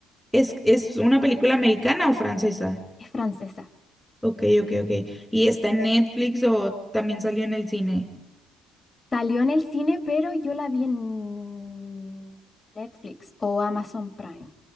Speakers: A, in the centre; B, on the left (about 25°).
A: ¿Es, es una película americana o francesa?
B: Es francesa.
A: Ok, ok, ok. ¿Y está en Netflix o también salió en el cine?
B: Salió en el cine, pero yo la vi en Netflix o Amazon Prime.